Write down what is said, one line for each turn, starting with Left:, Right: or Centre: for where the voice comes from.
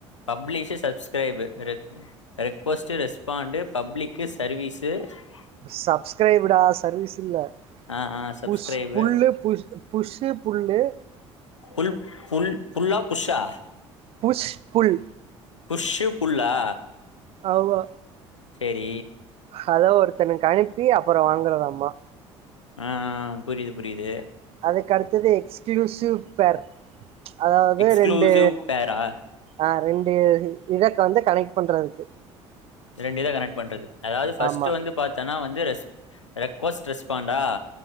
Left: publish subscribe ரெ ரெக்வஸ்ட் சு ரெஸ்பாண்டு பப்ளிக்கு சர்வீஸ்ஸு து
Right: சப்ஸ்கிரைப்டா சர்வீஸ் இல்ல
Left: ஆ ஆ subscribe
Right: push pull push push pull
Left: pull pull புல்லா புஷ்ஷா
Right: புஷ் புல்
Left: புஷ்ஷு புல்லா
Right: ஆமா
Left: சரி
Right: ஹலோ ஒருத்தனுக்கு அனுப்பி அப்பற வாங்கறதாமா
Left: ஆ ஆ புரியுது புரியுது
Right: அதுக்கடுத்தது எக்ஸ் க்ளுஸிவ் பேர் அதாவுது
Left: எக்ஸ்க்ளூசிவ்
Right: ரெண்டு
Left: பேரா
Right: ஆ ரெண் இ இதக்கு வந்து கனெக்ட் பண்றதுக்கு
Left: ரண்டு இத கனெக்ட் பண்றது அதாவுது ஃபஸ்ட்டு
Right: ஆமா
Left: வந்து பாத்தனா வந்து ரெஸ் ரெக்வஸ்ட் ரெஸ்பாண்டா